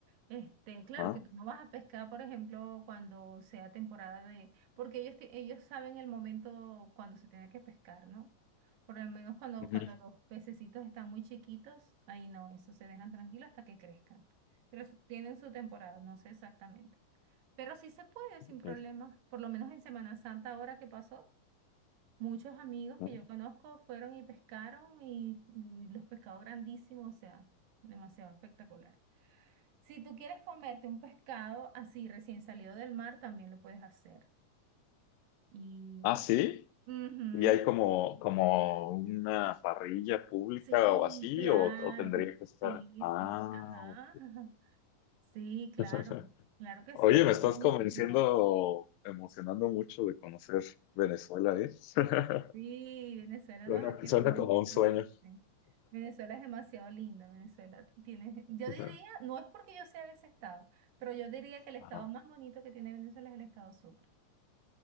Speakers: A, on the right (about 85°); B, on the left (about 85°).
A: Este, claro
B: Ah,
A: que tú no vas a pescar, por ejemplo, cuando sea temporada de, porque ellos, te- ellos saben el momento cuando se tiene que pescar, ¿no? Por lo menos cuando,
B: ujú.
A: cuando los pececitos están muy chiquitos, ahí no, eso se dejan tranquilos hasta que crezcan. Pero s- tienen su temporada, no sé exactamente. Pero sí se puede sin
B: Ok,
A: problema, por lo menos en Semana Santa ahora que pasó. Muchos amigos
B: ¿no?
A: que yo conozco fueron y pescaron y, y los pescados grandísimos, o sea, demasiado espectacular. Si tú quieres comerte un pescado así recién salido del mar, también lo puedes hacer. Y bueno,
B: Ah, sí.
A: ujú,
B: ¿Y hay como, como una parrilla pública
A: Sí,
B: o así?
A: claro,
B: ¿O, o tendría que estar?
A: sí,
B: Ah,
A: sí, ajá,
B: ok.
A: <laughs> ajá. Sí, claro,
B: <laughs>
A: claro que
B: Oye,
A: sí,
B: me estás
A: buenísimo.
B: convenciendo, emocionando mucho de conocer Venezuela, ¿eh? <laughs>
A: Sí, Venezuela
B: Suena,
A: no es aquel
B: suena
A: monstruo
B: como un sueño.
A: que dicen. Venezuela es demasiado linda, Venezuela tiene, yo
B: <laughs>
A: diría, no es porque yo sea de ese estado, pero yo diría que el estado
B: Ajá.
A: más bonito que tiene Venezuela es el estado Sucre,